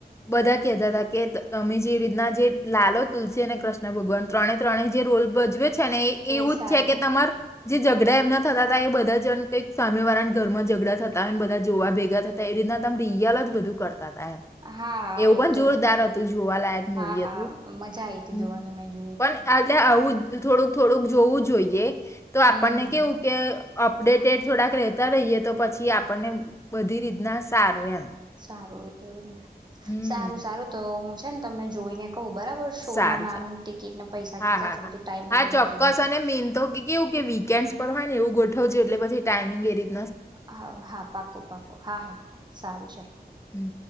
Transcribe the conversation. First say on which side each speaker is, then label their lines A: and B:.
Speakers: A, on the left (about 15°); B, on the right (about 25°).
A: બધા કતા હતા કે તમે જે રીતના જે લાલો તુલસી અને કૃષ્ણ ભગવાન ત્રણે ત્રણે જે રોલ ભજવે. છે ને એવું
B: એ સારું
A: જ છે કે તમાર ઝઘડા એમના થતા હતા એ બધા જણ કંક સામે વાળાના ઘરમાં ઝઘડા થતા હોયને બધા જોવા ભેગા થતા એ રીતના તમે રિયાલ જ બધું કરતા હતા.
B: હા હા
A: એવું
B: એ
A: પણ
B: તો
A: જોરદાર હતું જોવાલાયક મુવી
B: હા હા
A: હતું
B: મજા આઈ હતી
A: હ
B: જોવાની મેં જોયું
A: પણ
B: હતું
A: એટલે આવું તો થોડુંક-થોડુંક જોવું જ જોઈએ. તો આપણને
B: હમ હમ
A: કેવું કે અપડેટેડ થોડાક રહેતા રહીએ તો પછી આપણને બધી રીતના સારું એમ
B: તારું એટલેુંને
A: હમ્મ,
B: સારું-સારું તો હું છે ન તમને જોઈને કહું બરાબર શો
A: સારું-સાર.
B: ના નામની ટિકિટને પૈસા
A: હા-હા-હા.
B: કેટલા છે બધું ટાઈમિંગ
A: હા
B: તમને
A: ચોક્કસ
B: જોઈને કહું
A: અને મેન તો કે-કેવું કે વીકેન્ડસ પર હોય ને એવું ગોઠવ જો એટલે પછી ટાઈમિંગ એ રીત
B: હા-હા. પાક્કું-પાક્કું. હા-હા-હા. સારું ચલો.
A: હમ